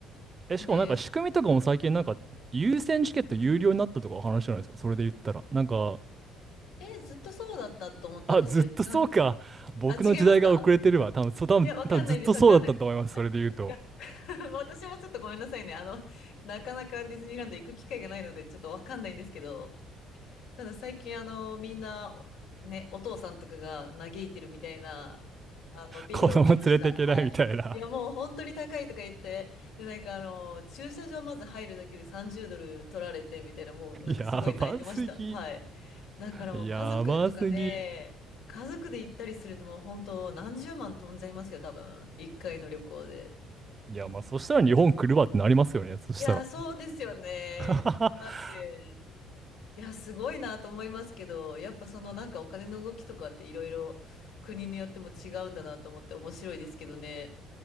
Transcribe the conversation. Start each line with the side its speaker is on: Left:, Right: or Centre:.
Right: え、
Left: で、
Right: しかもなんか仕組みとかも最近なんか優先チケット有料になったとかお話じゃないですか。それで言ったら。なんか、
Left: え、ずっとそうだったと思ったんですけど、
Right: あ、ずっとそうか。
Left: 違うんですかあ、
Right: 僕の時代が遅れてるわ。
Left: 違いますか
Right: 多分、そう、多分、
Left: いや、わかんないです、
Right: 多分ずっとそうだったと思います。
Left: わかんないです。
Right: それで言うと。
Left: いや、<laughs> 私もちょっとごめんなさいね。あの、なかなかディズニーランド行く機会がないので、ちょっとわかんないんですけど、ただ最近、あの、みんな、ね、お父さんとかが嘆いてるみたいな、あの、ビデオを見ました。
Right: 子供連れていけないみたいな。
Left: はい。いや、もう本当に高いとか言って、で、なんかあの、駐車場まず入るだけで30ドル取られて、みたいな、もうなんかすごい泣いてました。
Right: <laughs> やばすぎ。
Left: はい。だからもう家族とかね、
Right: やばすぎ。
Left: 家族で行ったりするともう本当何十万飛んじゃいますよ、多分。一回の旅行で。
Right: いや、まあそしたら日本来るわってなりますよね。そしたら。
Left: いや、そうですよね。
Right: <laughs>
Left: なんで、いや、すごいなと思いますけど、やっぱそのなんかお金の動きとかっていろいろ国によっても違うんだなと思って面白いですけどね。